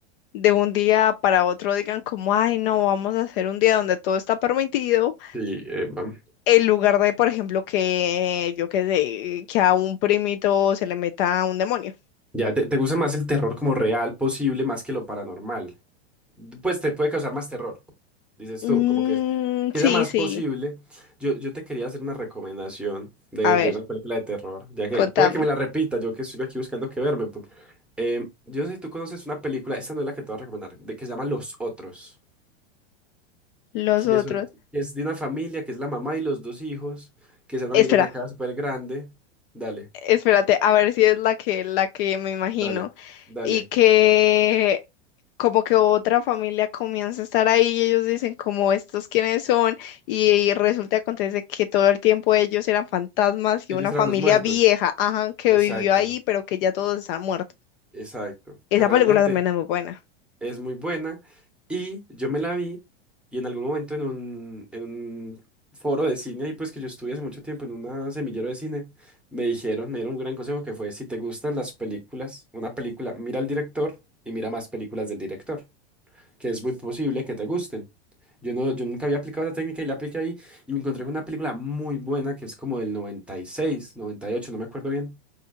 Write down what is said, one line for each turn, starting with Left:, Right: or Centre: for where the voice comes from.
Left: de un día para otro digan como, ay, no, vamos a hacer un día donde todo está permitido
Centre: Sí. eh, vam-
Left: En lugar de, por ejemplo, que yo que sé, que a un primito se le meta un demonio.
Centre: ya te, te gusta más el terror como real posible más que lo paranormal. pues te puede causar más terror, dices
Left: Mm,
Centre: tú, como que es que
Left: sí,
Centre: sea más
Left: sí.
Centre: posible. Yo, yo te quería hacer una recomendación de,
Left: A ver,
Centre: de una película de terror, ya que
Left: contame.
Centre: puede que me la repita, yo que estoy aquí buscando que verme. pu- Eh, yo no sé si tú conoces una película, esta no es la que te voy a recomendar, de, que se llama Los Otros,
Left: Los
Centre: que
Left: otros.
Centre: eso es, que es de una familia, que es la mamá y los dos hijos, que se van
Left: Espera,
Centre: a ir a una casa súper grande. Dale,
Left: espérate, a ver si es la que, la que me imagino.
Centre: dale, dale.
Left: Y que como que otra familia comienza a estar ahí y ellos dicen como estos quiénes son y, y resulta acontece que todo el tiempo ellos eran fantasmas
Centre: Ellos
Left: y una
Centre: eran
Left: familia
Centre: los muertos.
Left: vieja, ajá, que
Centre: Exacto,
Left: vivió ahí pero que ya todos están muertos.
Centre: exacto.
Left: Esa
Centre: Que realmente...
Left: película también es muy buena.
Centre: es muy buena y yo me la vi y en algún momento en un, en un foro de cine, ahí pues que yo estuve hace mucho tiempo en una semillero de cine, me dijeron, me dieron un gran consejo que fue, si te gustan las películas, una película, mira al director y mira más películas del director, que es muy posible que te gusten. Yo, no, yo nunca había aplicado esa técnica y la apliqué ahí y me encontré con una película muy buena que es como del noventa noventa y seis noventa y ocho no me acuerdo bien,